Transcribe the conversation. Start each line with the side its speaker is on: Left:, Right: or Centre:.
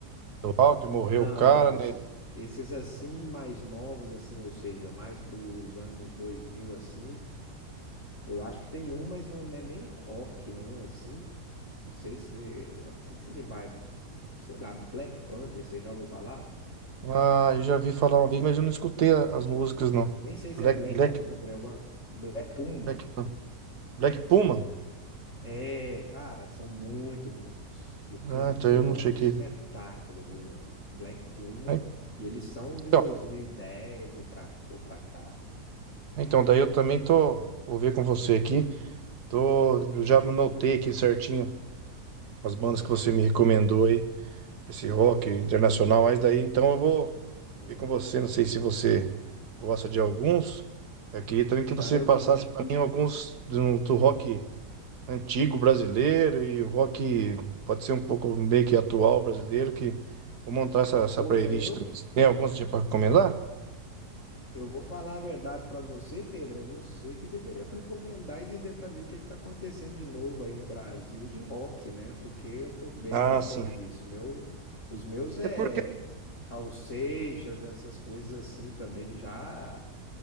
Right: do rock, morreu
Left: Não,
Right: o cara,
Left: não, esse-
Right: né?
Left: esses assim mais novos assim, ou seja, mais para os anos 2000 assim, eu acho que tem um, mas não é nem rock não assim. Não sei se, eu não sei se ele vai, sei lá, Black Panther, você já ouviu falar?
Right: Ah, eu já vi falar uma vez, mas eu não escutei a- as músicas, não.
Left: Nem sei se
Right: Black,
Left: é Black
Right: Black,
Left: Panther, é alguma Black Puma.
Right: Black, Black Puma?
Left: É, cara, são muito bons. E o cantor
Right: Ah, então eu não sei
Left: é um
Right: que.
Left: espetáculo, viu, velho? Black Puma,
Right: Ah,
Left: e eles são de
Right: Então,
Left: 2010 ou pra, ou pra cá.
Right: então, daí eu também tô. Vou ver com você aqui. Tô, eu já anotei aqui certinho. as bandas que você me recomendou aí, pra esse rock internacional, mas daí então eu vou
Left: É.
Right: ver com você, não sei se você gosta de alguns. Eu queria também que
Left: Não,
Right: você
Left: eu
Right: passasse
Left: que.
Right: para mim alguns do, do rock antigo brasileiro e o rock pode ser um pouco meio que atual brasileiro, que vou montar essa, essa
Left: Poxa,
Right: playlist
Left: eu,
Right: também. Você tem alguns para recomendar?
Left: eu vou falar a verdade pra você, Pedro. É você que deveria recomendar e dizer pra mim o que que tá acontecendo de novo aí no Brasil de rock, né? Porque eu tô bem
Right: Ah,
Left: por fora
Right: sim.
Left: disso. Meu, os meus é
Right: É porque
Left: Raul Seixas, essas coisas assim também já.